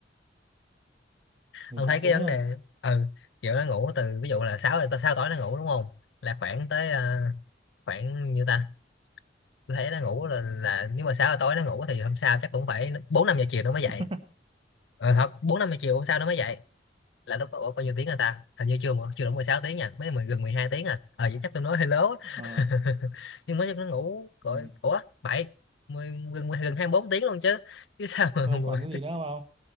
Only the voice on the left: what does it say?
ông
thấy
cái vấn
đề ừ kiểu nó ngủ từ ví dụ là 6 tới 6 tối nó ngủ đúng không là khoảng tới ờ, khoảng như ta tôi thấy nó ngủ là, là nếu mà 6 giờ tối nó ngủ thì hôm sau chắc cũng phải 4 5 giờ chiều nó
mới dậy ờ thật 4 5 giờ chiều hôm sau nó mới dậy là lúc đó ủa, bao nhiêu tiếng rồi ta hình như chưa mà- chưa đủ 16 tiếng nha mấy mười- gần 12 tiếng à ờ vậy chắc tôi nói hello
<laughs> nhưng mới chắc nó ngủ gọi
ủa bảy mười gần gần hai mươi bốn tiếng luôn chứ chứ sao mà
<laughs>